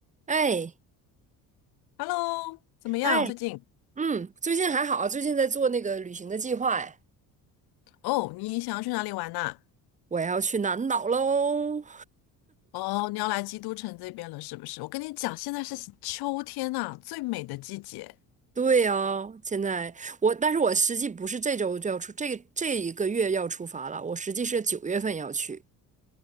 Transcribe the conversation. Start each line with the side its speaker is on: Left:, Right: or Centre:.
Right: 哎
Left: Hello，怎么样？
Right: 哎，
Left: 最近
Right: 嗯，最近还好啊，最近在做那个旅行的计划，哎，
Left: 哦，你想要去哪里玩呐、
Right: 我要去南岛喽。
Left: 哦，你要来基督城这边了，是不是？我跟你讲，现在是秋天呐、最美的季节，
Right: 对呀，现在我，但是我实际不是这周就要出，这这一个月要出发了，我实际是九月份要去。